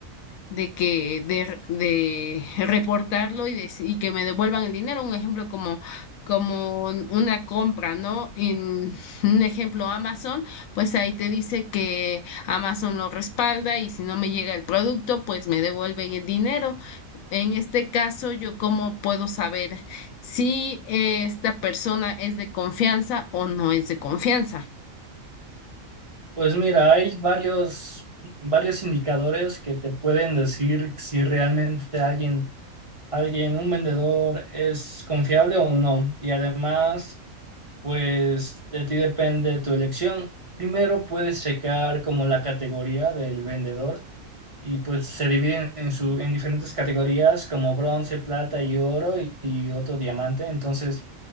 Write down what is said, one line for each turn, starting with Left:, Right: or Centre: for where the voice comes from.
Left: de que de, de reportarlo y, de- y que me devuelvan el dinero. Un ejemplo como, como una compra, ¿no? En <laughs> un ejemplo Amazon, pues ahí te dice que Amazon lo respalda y si no me llega el producto, pues me devuelven el dinero. En este caso, yo cómo puedo saber si eh, esta persona es de confianza o no es de confianza.
Right: Pues mira, hay varios, varios indicadores que te pueden decir si realmente alguien, alguien, un vendedor es confiable o no. Y además Pues de ti depende tu elección. Primero puedes checar como la categoría del vendedor y pues se dividen en, su, en diferentes categorías como bronce, plata y oro y, y otro diamante. Entonces,